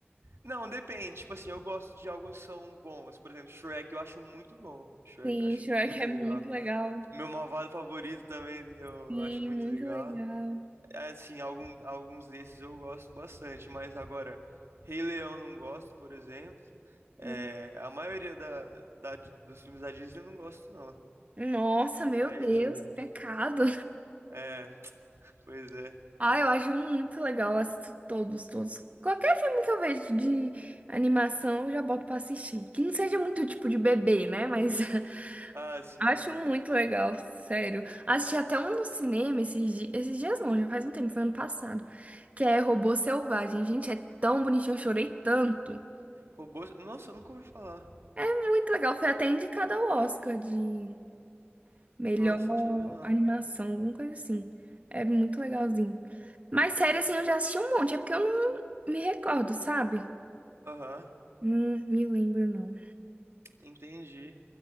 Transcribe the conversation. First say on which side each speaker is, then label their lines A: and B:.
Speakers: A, on the right; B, on the right.
A: Não, depende. Tipo assim, eu gosto de alguns que são bons. Por exemplo, Shrek eu acho muito bom. Shrek
B: Sim,
A: eu acho
B: Shrek
A: muito
B: é muito
A: legal.
B: legal.
A: Meu malvado favorito também eu
B: Sim,
A: acho muito
B: muito
A: legal.
B: legal.
A: É, Assim, algum, alguns desses eu gosto bastante, mas agora, Rei Leão não gosto, por exemplo. É,
B: Hum.
A: a maioria da, da- dos filmes da Disney eu não gosto, não.
B: Nossa, meu
A: Mas
B: Deus,
A: é,
B: que pecado.
A: é, pois é.
B: Ah, eu acho muito legal, eu assisto todos, todos. Qualquer filme que eu vejo de animação, eu já boto pra assistir. Que não seja muito tipo de bebê, né? Mas <laughs>
A: Ah, sim.
B: acho muito legal, sério. Assisti até um no cinema esses dias, esses dias não, já faz um tempo, foi ano passado, que é Robô Selvagem. Gente, é tão bonitinho, eu chorei tanto.
A: Robôs. Nossa, eu nunca ouvi falar.
B: É muito legal, foi até indicado ao Oscar de Melhor
A: Nossa, não sabia não.
B: animação, alguma coisa assim. É muito legalzinho. Mas sério, assim, eu já assisti um monte. É porque eu não me recordo, sabe?
A: Aham.
B: Não me lembro, não.
A: Entendi.